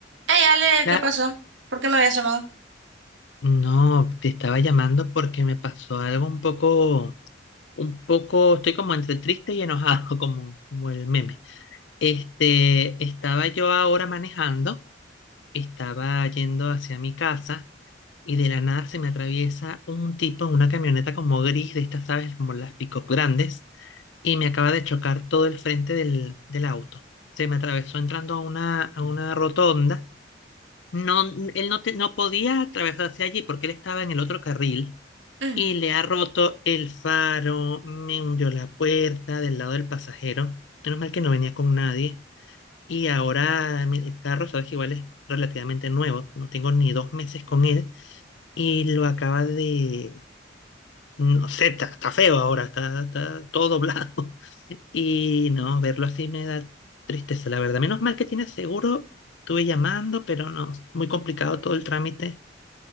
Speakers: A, on the right (about 80°); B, on the left (about 70°).
A: Hey Ale,
B: La-
A: ¿qué pasó? ¿Por qué me habías llamado?
B: No, te estaba llamando porque me pasó algo un poco, un poco, estoy como entre triste y enojado, <laughs> como, como el meme. Este, estaba yo ahora manejando, estaba yendo hacia mi casa y de la nada se me atraviesa un tipo en una camioneta como gris, de estas, ¿sabes? Como las pick-up grandes, y me acaba de chocar todo el frente del, del auto. Se me atravesó entrando a una, a una rotonda. No, él no, te- no podía atravesarse allí porque él estaba en el otro carril
A: Mm,
B: y le ha roto el faro, me hundió la puerta del lado del pasajero. Menos mal que no venía con nadie. Y ahora mi- el carro, sabes que igual es relativamente nuevo, no tengo ni dos meses con él y lo acaba de... No sé, está, está feo ahora, está, está todo doblado. <laughs> Y no, verlo así me da tristeza, la verdad. Menos mal que tiene seguro. Estuve llamando, pero no, muy complicado todo el trámite